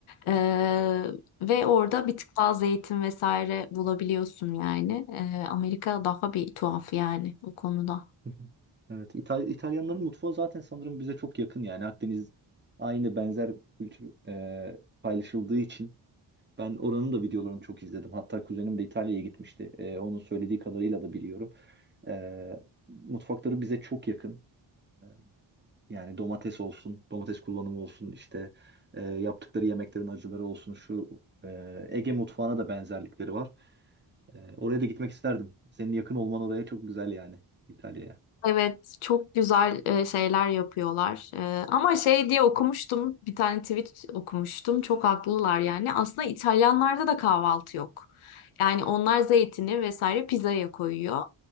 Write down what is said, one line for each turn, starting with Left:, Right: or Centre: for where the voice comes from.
Left: Ee, ve orada bir tık fazla eğitim vesaire bulabiliyorsun yani. Ee, Amerika daha bir tuhaf yani o konuda.
Right: Hı hı. Evet, İtal- İtalyanların mutfağı zaten sanırım bize çok yakın yani Akdeniz aynı benzer kültür e, paylaşıldığı için ben oranın da videolarını çok izledim. Hatta kuzenim de İtalya'ya gitmişti. E, onun söylediği kadarıyla da biliyorum. E, mutfakları bize çok yakın. E, Yani domates olsun, domates kullanımı olsun, işte e, yaptıkları yemeklerin acıları olsun, şu e, Ege mutfağına da benzerlikleri var. E, oraya da gitmek isterdim. Senin yakın olman oraya çok güzel yani İtalya'ya.
Left: Evet, çok güzel e, şeyler yapıyorlar. E, ama şey diye okumuştum, bir tane tweet okumuştum. Çok haklılar yani. Aslında İtalyanlarda da kahvaltı yok. Yani onlar zeytini vesaire pizzaya koyuyor.